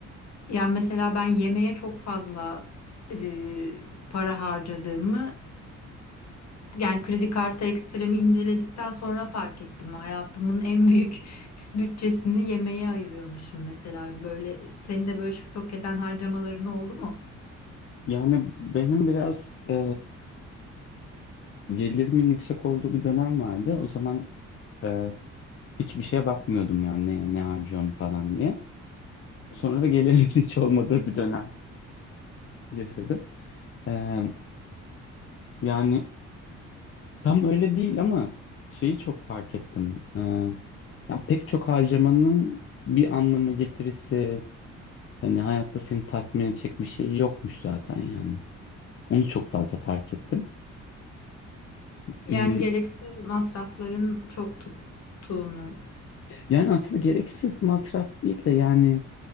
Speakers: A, on the left; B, on the left.
A: yani mesela ben yemeğe çok fazla e, para harcadığımı yani kredi kartı ekstremi inceledikten sonra fark ettim. Hayatımın en büyük <laughs> bütçesini yemeğe ayırıyormuşum mesela. Böyle senin de böyle şok eden harcamaların oldu mu?
B: Yani benim biraz e, gelirimin yüksek olduğu bir dönem vardı. O zaman e, hiçbir şeye bakmıyordum yani ne, ne harcıyorum falan diye. Sonra da gelirimin <laughs> hiç olmadığı bir dönem. yaşadım. Ee, yani tam öyle değil ama şeyi çok fark ettim. Ee, ya pek çok harcamanın bir anlamı getirisi hani hayatta seni tatmin edecek bir şey yokmuş zaten yani. Onu çok fazla fark ettim.
A: Yani
B: Hmm,
A: gereksiz masrafların çok tuttuğunu.
B: yani aslında gereksiz masraf değil de yani